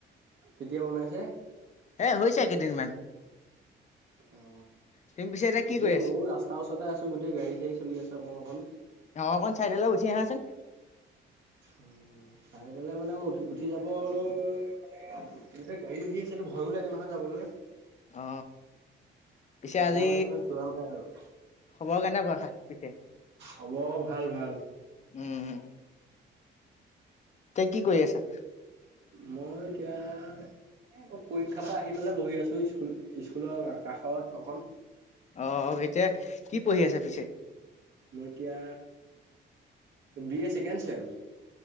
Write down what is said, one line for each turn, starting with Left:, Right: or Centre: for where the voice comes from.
Right: কেতিয়া বনাইছে!
Left: এ হৈছে কেইদিনমান।
Right: অ
Left: তুমি পিছে এতিয়া কি
Right: গোটেই
Left: কৰি আছা?
Right: মও ৰাস্তাৰ ওচৰতে আছো গোটেই গাড়ী চাই চলি আছে অকন অকণ
Left: অৱ অকণ চাইডলে গুচি আহা চোন।
Right: উম চাই চাইডলে মানে উঠি উঠি যাবলে এয়া গাড়ী আহি আছে ভয়ো লাগে নহয় যাবলে।
Left: অ পিছে
Right: সেইকাৰণে
Left: আজি
Right: মানে যোৱা নাই আৰু
Left: খবৰ কেনেকুৱা <unintelligible>
Right: খবৰ ভাল ভাল
Left: উম তই কি কৰি আছা?
Right: মই এতিয়া। অ পৰীক্ষাৰ পৰা আহি পেলাই বহি আছো স্কুল স্কুলৰ কাষৰত অকণ
Left: অ এতিয়া কি পঢ়ি আছে পিছে
Right: মোৰ এতিয়া বি এ ছেকেণ্ড চেম